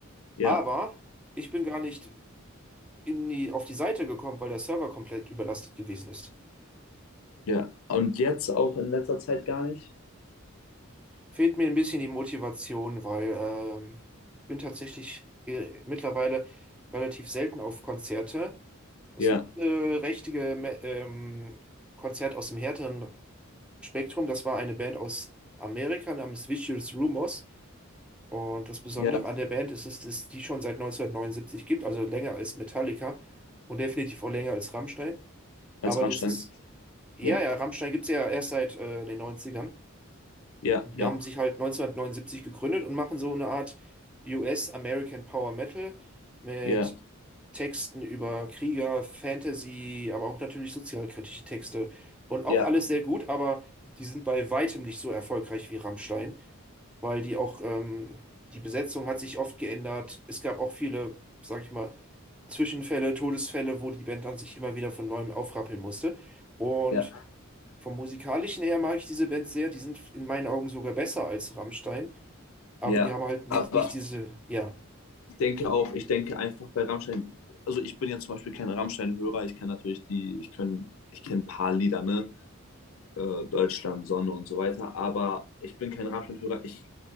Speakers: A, on the left; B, in the centre.
A: ja,
B: Aber ich bin gar nicht in die, auf die Seite gekommen, weil der Server komplett überlastet gewesen ist.
A: ja. Und jetzt auch in letzter Zeit gar nicht?
B: Fehlt mir ein bisschen die Motivation, weil ähm, ich bin tatsächlich äh, mittlerweile relativ selten auf Konzerte. Das
A: Ja,
B: letzte richtige Me- ähm, Konzert aus dem härteren Spektrum, das war eine Band aus Amerika namens Vicious Rumors. Und das Besondere
A: ja,
B: an der Band ist, dass es die schon seit 1979 gibt, also länger als Metallica und definitiv auch länger als Rammstein.
A: als
B: Aber
A: Rammstein.
B: das ist Ja,
A: Ja,
B: ja, Rammstein gibt's ja erst seit äh, den Neunzigern.
A: ja,
B: Und
A: ja,
B: die haben sich halt 1979 gegründet und machen so eine Art US-American Power Metal mit
A: ja,
B: Texten über Krieger, Fantasy, aber auch natürlich sozialkritische Texte. Und auch
A: ja,
B: alles sehr gut, aber die sind bei weitem nicht so erfolgreich wie Rammstein, weil die auch, ähm, die Besetzung hat sich oft geändert. Es gab auch viele, sag ich mal, Zwischenfälle, Todesfälle, wo die Band dann sich immer wieder von neuem aufrappeln musste. Und
A: ja,
B: vom Musikalischen her mag ich diese Band sehr. Die sind in meinen Augen sogar besser als Rammstein. Aber
A: ja.
B: die haben halt nicht,
A: Aber
B: nicht diese. Ja.
A: ich denke auch, ich denke einfach bei Rammstein, also ich bin ja zum Beispiel kein Rammstein-Hörer, ich kann natürlich die, ich kann, ich kenne ein paar Lieder, ne? äh, Deutschland, Sonne und so weiter. Aber ich bin kein Rammstein-Hörer. Ich,